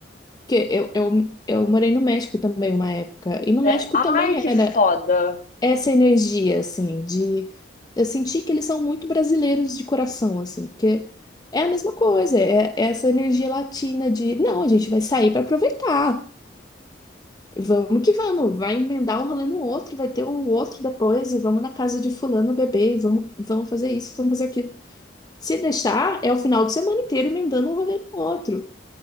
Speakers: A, on the left; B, on the left.
A: porque eu, eu, eu morei no México também uma época, e no
B: É,
A: México
B: ai,
A: também
B: que
A: era
B: foda.
A: essa energia, assim, de eu sentir que eles são muito brasileiros de coração, assim, porque é a mesma coisa, é, é essa energia latina de, não, a gente vai sair para aproveitar. Vamos que vamos, vai emendar um rolê no outro, vai ter um outro depois, e vamos na casa de fulano beber, e vamos, vamos fazer isso, vamos fazer aquilo. Se deixar, é o final de semana inteiro emendando um rolê no outro.